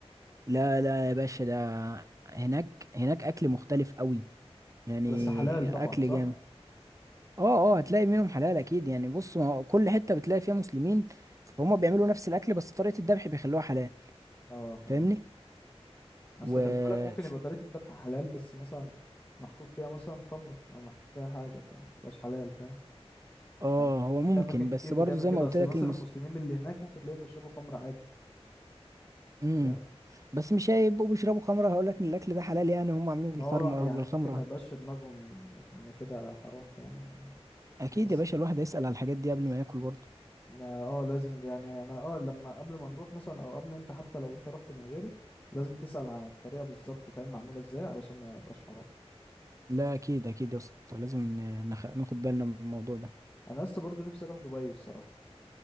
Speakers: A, on the right (about 30°); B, on the left (about 15°).
A: لا لا يا باشا ده هناك هناك اكل مختلف قوي يعني
B: بس حلال طبعا
A: اكل
B: صح
A: جامد اه اه هتلاقي منهم حلال اكيد يعني بص ما هو كل حته بتلاقي فيها مسلمين فهم بيعملوا نفس الاكل بس طريقه الذبح بيخلوها حلال
B: اه
A: فاهمني
B: اه اصل
A: و
B: خلي بالك ممكن يبقى طريقة الذبح حلال بس مثلا محطوط فيها مثلا خمرة او محطوط فيها حاجة فما تبقاش حلال فاهم
A: اه
B: يعني
A: هو ممكن
B: في اماكن كتير
A: بس برضو
B: بتعمل
A: زي
B: كده
A: ما قلت
B: اصل
A: لك
B: مثلا
A: المس
B: المسلمين اللي هناك ممكن تلاقيهم بيشربوا خمرة عادي
A: امم
B: فاهم
A: بس مش هيبقوا بيشربوا خمره هقول لك ان الاكل ده حلال يعني هم عاملينه بالخمره
B: ما هو يعني
A: بالخمره
B: ممكن ما يبقاش في دماغهم ان كده حرام فاهم يعني
A: اكيد
B: بس
A: يا باشا الواحد هيسال على الحاجات دي قبل ما ياكل برضو
B: ما اه لازم يعني انا اه لما قبل ما نروح مثلا او قبل انت حتى لو انت رحت من غيري لازم تسأل عن الطريقة بالظبط فاهم معمولة ازاي علشان ما يبقاش حرام
A: لا اكيد اكيد يا اسطى لازم ن- نخ... ناخد بالنا من الموضوع ده
B: انا لسه برضو نفسي اروح دبي الصراحة